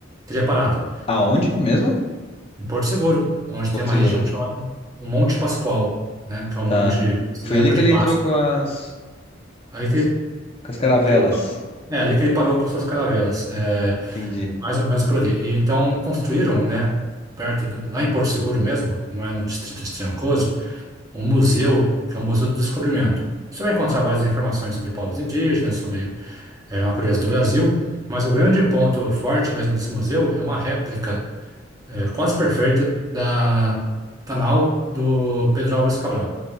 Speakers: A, on the right; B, on the left.
A: teria parado.
B: aonde mesmo?
A: Em Porto Seguro, onde
B: Porto
A: tem uma
B: Seguro.
A: região chamada o Monte Pascoal, né? Que é um
B: Tá.
A: monte visto
B: Foi
A: na
B: ele
A: época
B: que
A: de
B: ele
A: Páscoa.
B: entrou com as,
A: Aí
B: com
A: que
B: as,
A: ele,
B: com as caravelas.
A: que ele- é, ali que ele parou com suas caravelas, é,
B: Entendi.
A: mais ou menos por ali. E então construíram, né? Perto do, lá em Porto Seguro mesmo, não é no distrito de Trancoso um museu, que é o Museu do Descobrimento. Você vai encontrar várias informações sobre povos indígenas, sobre eh, a natureza do Brasil, mas o grande ponto forte mesmo desse museu é uma réplica eh, quase perfeita da da nau do Pedro Álvares Cabral,